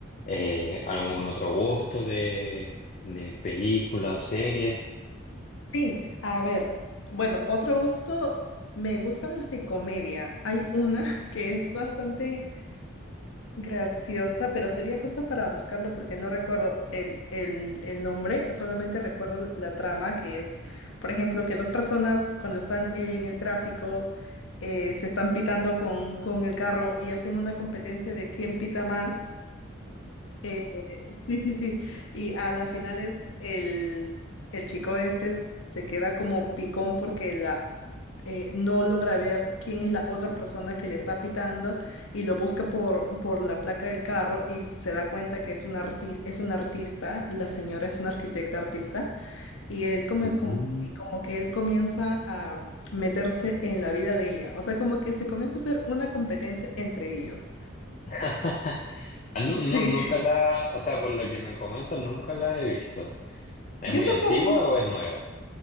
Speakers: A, on the left; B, on the left.
A: eh, algún otro gusto de, de película o serie.
B: Sí, a ver, bueno, otro gusto, me gustan las de comedia. Hay una <laughs> que es bastante Graciosa, pero sería cosa para buscarlo porque no recuerdo el, el, el nombre, solamente recuerdo la trama que es, por ejemplo, que dos personas cuando están en el tráfico eh, se están pitando con, con el carro y hacen una competencia de quién pita más eh, <laughs> sí, sí, sí. Y a las finales el, el chico este es- se queda como picón porque la, eh, no logra ver quién es la otra persona que le está pitando y lo busca por, por la placa del carro y se da cuenta que es un artis es un artista, la señora es una arquitecta artista y él come-
A: Ujú.
B: com- y como que él comienza a meterse en la vida de ella. O sea, como que se comienza a hacer una competencia entre ellos.
A: <laughs> Ah, no,
B: Sí.
A: no, nunca la, o sea, por lo que me comentas, nunca la he visto. ¿Es
B: Yo
A: muy
B: tampoco.
A: antigua o es nueva?